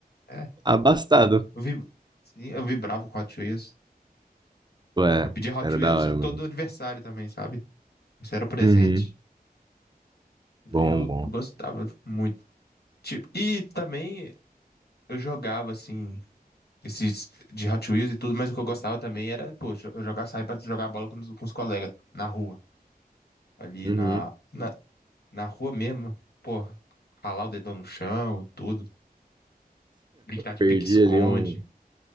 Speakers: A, on the left; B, on the right.
A: É.
B: Abastado.
A: Eu vi, sim, eu vibrava com Hot Wheels.
B: Ué,
A: Eu pedi Hot
B: era
A: Wheels
B: da hora,
A: e todo
B: mano.
A: aniversário também, sabe? Esse era o presente.
B: Uhum. Bom,
A: Eu
B: bom.
A: gostava muito. Tipo, e também eu jogava, assim, esses de Hot Wheels e tudo, mas o que eu gostava também era, poxa, eu jogar, sair pra jogar bola com os, com os colegas na rua. Ali
B: Uhum.
A: na, na, na rua mesmo. Pô, ralar o dedão no chão e tudo. Brincar de
B: Perdi
A: pique-esconde.
B: ali um.